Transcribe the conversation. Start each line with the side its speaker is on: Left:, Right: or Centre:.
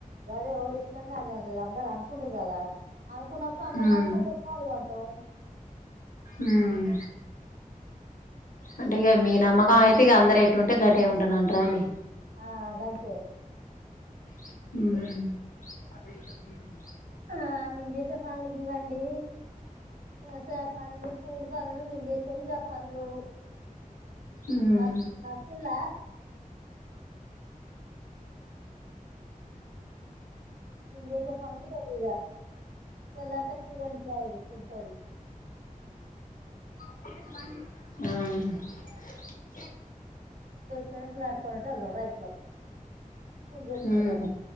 Right: గదే ఓలి తంగా అన్నేఉంటది అందరు అనుకుంట్రు కదా అనుకున్నప్పుడు అంద
Left: ఉమ్
Right: మనం కొెంచెమ్ పాల్గ అన్ తో
Left: ఉమ్ అంటే ఇగ మీ నమ్మకం అయితే ఇగ అందరు ఎటు ఉంటే గటె ఉంటానంట్ర అండి
Right: ఆ గంతే
Left: ఉమ్
Right: ఆ మేం జేసే పనులకి గా అండి వ్యవసాయ పనులు కూలి పనులు మేం చేసేవి గా పనులు
Left: ఉమ్
Right: నచ్ నచ్చిల నేన్ జేసె పనులదిగా తెల్లార్తె కోలోనికి వాయ్ కుంట్
Left: ఆ
Right: తెనుకులాడుకోలంటే అల్ రైతులమ్ కూల్ చేేసుకునేటో
Left: ఉమ్
Right: ళ్ళమ్